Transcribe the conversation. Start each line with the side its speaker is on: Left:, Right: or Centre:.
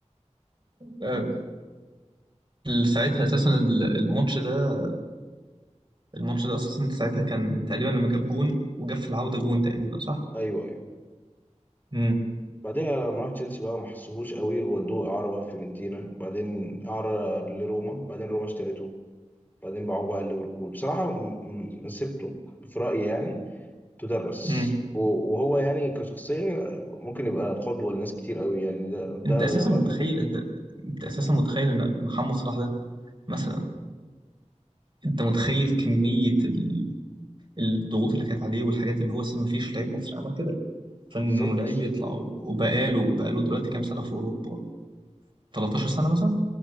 Right: آه، ساعتها أساسا ال- الماتش ده الماتش ده أساسا ساعتها كان تقريبا لما جاب جون وجاب في العودة جون تقريبا صح؟
Left: ايوه ايوه
Right: امم
Left: بعدها لما راح تشيلسي بقى ما حسوهوش قوي وودوه اعاره بقى فيورنتينا بعدين اعاره لروما بعدين روما اشترته بعدين باعوه بقى ليفربول بصراحة م- م- مسيرته في رأيي يعني تدرس
Right: امم
Left: و- وهو يعني كشخصية ممكن يبقى قدوة لناس كتير قوي يعني ده ده
Right: أنت أساسا
Left: راجل
Right: متخيل أنت أنت أساسا
Left: مم.
Right: متخيل إن محمد صلاح ده مثلا انت متخيل كمية ال- الضغوط اللي كانت عليه والحاجات اللي هو اصلا مفيش لعيب مصري عمل كده فانه
Left: بالظبط
Right: لعيب يطلع وبقاله بقاله دلوقتي كام سنة في اوروبا 13 سنة مثلا